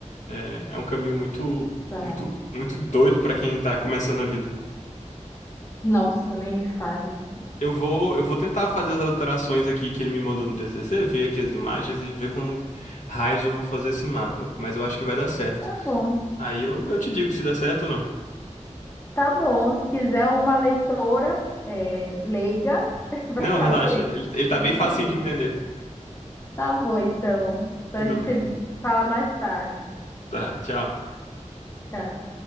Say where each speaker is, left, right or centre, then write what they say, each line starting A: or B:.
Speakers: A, on the left; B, on the left.
A: É, é um caminho muito,
B: tá.
A: muito, muito doido pra quem tá começando a vida.
B: Nossa, nem me fale.
A: Eu vou, eu vou tentar fazer as alterações aqui que ele me mandou no TCC, ver aqui as imagens e ver como raios eu vou fazer esse mapa. Mas eu acho que vai dar certo.
B: Tá bom.
A: Aí eu, eu te digo se dá certo ou não.
B: Tá bom, se quiser uma leitora é, leiga, <laughs> para
A: Não,
B: saber,
A: relaxa. Ele, ele
B: é
A: tá
B: só
A: bem
B: me
A: facinho
B: dizer.
A: de entender.
B: Tá bom, então. Então
A: Tudo
B: a gente
A: bem.
B: se fala mais tarde.
A: Tá, tchau.
B: Tchau.